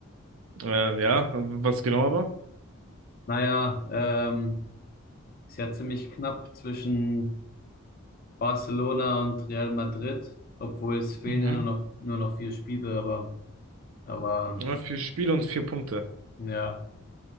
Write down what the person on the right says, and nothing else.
Ähm, ja, was genau aber?
Mhm.
Ja, vier Spiele und vier Punkte.